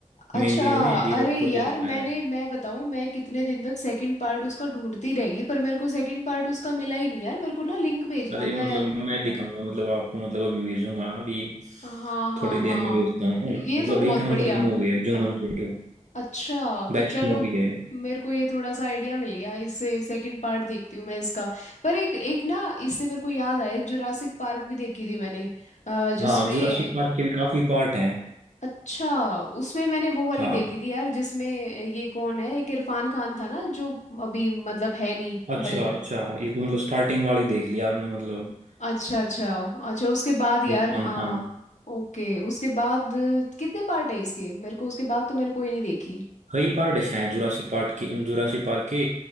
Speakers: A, on the left; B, on the right.
A: अच्छा
B: मेन लीड में दी रोक
A: अरे
B: को
A: यार
B: ले रखा
A: मैंने
B: है
A: मैं बताऊं मैं कितने दिन तक सेकंड पार्ट उसका ढूंढती रहेगी पर मेरे को सेकंड पार्ट उसका मिला ही नहीं यार मेरे को ना लिंक भेजना
B: अरे
A: मैं
B: मतलब मैं दिखाऊंगा मतलब आपको मतलब अभी भेजूंगा अभी
A: हाँ हाँ
B: थोड़ी देर
A: हाँ
B: में भेजता हूँ
A: ये
B: मतलब
A: तो बहुत
B: एक
A: बढ़िया
B: नंबर की मूवी है जुमंजी टू
A: अच्छा
B: बेस्ट
A: तो चलो
B: मूवी है
A: मेरे को ये थोड़ा सा आइडिया मिल गया इससे सेकंड पार्ट देखती हूँ मैं इसका पर एक एक ना इससे मेरे को याद आया एक जुरासिक पार्क भी देखी थी मैंने अ, जिसमें
B: हाँ जुरासिक पार्क के भी काफी पार्ट हैं
A: अच्छा उसमें मैंने वो वाली
B: हाँ
A: देखी थी यार जिसमें ये कौन है एक इरफान खान था ना जो अभी मतलब है नहीं
B: अच्छा
A: मर गया
B: अच्छा ये तो मतलब स्टार्टिंग वाली देख लिया आपने मतलब
A: अच्छा अच्छा अच्छा उसके बाद यार
B: इरफान
A: हाँ
B: खान
A: ओके उसके बाद कितने पार्ट है इसके मेरे को उसके बाद तो मैंने कोई नहीं देखी
B: कई पार्ट शायद जुरासिक पार्क के जुरासिक पार्क के